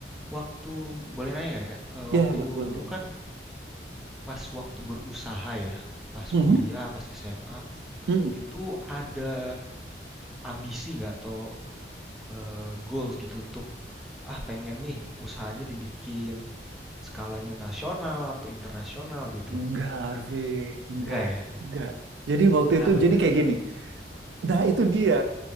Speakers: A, in the centre; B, on the right.
A: waktu boleh nanya nggak nih kak Eh,
B: ya
A: waktu
B: boleh, boleh,
A: dulu
B: boleh.
A: kan pas waktu berusaha ya pas
B: Mhm,
A: kuliah pas SMA
B: mhm.
A: itu ada ambisi nggak atau eh, goals gitu untuk ah pengen nih usahanya dibikin skalanya nasional atau internasional gitu
B: Enggak, Arvi, enggak,
A: enggak ya
B: enggak. Jadi waktu
A: <laughs> kenapa
B: itu,
A: tuh
B: jadi kayak gini. Nah, itu dia.